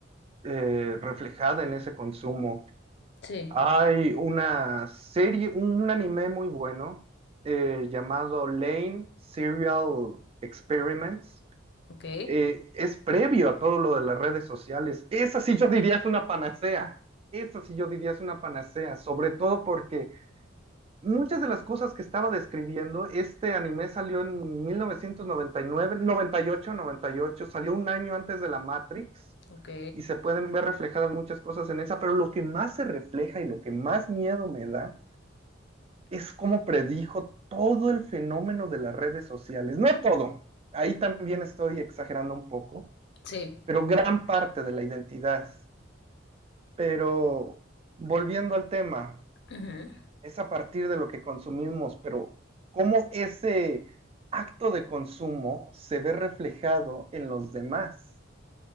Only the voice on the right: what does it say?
eh, reflejada en ese consumo,
hay una serie, un anime muy bueno eh, llamado Lane Serial Experiments.
Eh, es previo a todo lo de las redes sociales. Esa sí yo diría es una panacea. Esa sí yo diría es una panacea, sobre todo porque Muchas de las cosas que estaba describiendo, este anime salió en 1999, 98, 98, salió un año antes de la Matrix
y se pueden ver reflejadas muchas cosas en esa, pero lo que más se refleja y lo que más miedo me da es cómo predijo todo el fenómeno de las redes sociales. No todo, ahí también estoy exagerando un poco,
pero gran parte de la identidad. Pero volviendo al tema,
es a partir de lo que consumimos, pero cómo ese acto de consumo se ve reflejado en los demás.